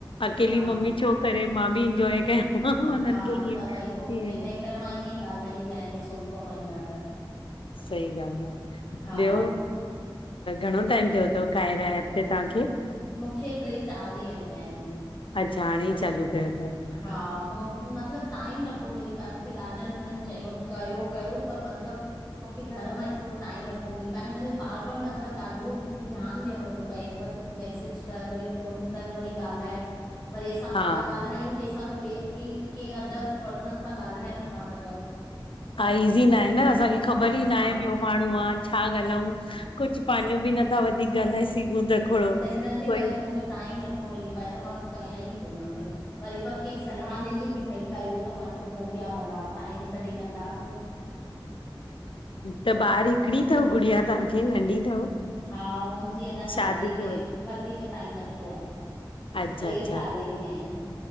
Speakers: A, on the left; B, in the centre.
A: अकेली
B: हा
A: मम्मी छो करे, मां बि इंजॉय कयां। हुननि
B: हा
A: खे ईअं
B: त भई पोइ मुंखे
A: ईअं
B: इ करे मां ईअं ई ॻाल्हाईंदी आहियां हिअ सुम पवंदी आहे त।
A: सही ॻाल्हि आहे।
B: हा
A: ॿियो घणो टाइम थियो अथव कायरा एप ते तव्हांखे?
B: मुंखे ट्रे-चार ॾींह थिया आहिनि।
A: अच्छा हाणे ई चालू कयो तव?
B: हा म मतिलब टाइम न पियो मिली पाए, मूंखे ॾाॾनि जढनि चयऊं कयो कयो पर मतिलब मुखे घर मां हेतिरो टाईम न पियो मिल पाए हिन में बार बार मतलबु ॾाढो ध्यानु ॾियणो थो पए। कैखे त मैसेज कर, वरी फोन कनि, वरी ॻाल्हाए, वरी असां
A: हा
B: पाण ॻाल्हायूं। कंहिंसां त ॿिए क कंहिं अदर पर्सन सां ॻाल्हाए नथा सघूं।
A: हा ईज़ी न आहे न, असांखे ख़बर ई ना
B: हा
A: आहे ॿियो। माण्हू आ छा ॻाल्हऊ कुझु पंहिंजो बि नथा वधीक ॻाल्हाए सघूं त खोड़ो
B: त हिनजे
A: कोई
B: करे मुंखे टाइम न पियो मिली पाए त मां कयां ई कोन पई। वरी पर कंहिं सलाह ॾिनी कि भई कयो त मां चयमि होगिया भला टाइम कढी कंदासीं।
A: त ॿार हिकड़ी अथव गुड़िया तव्हांखे? नंढी अथव?
B: हा मुंहिंजी अन्या
A: शादी
B: शादीअ खे
A: वञ
B: वधीक टाइम न थियो आहे। ट्रे
A: अच्छा अच्छा
B: साल ही थिया आहिन।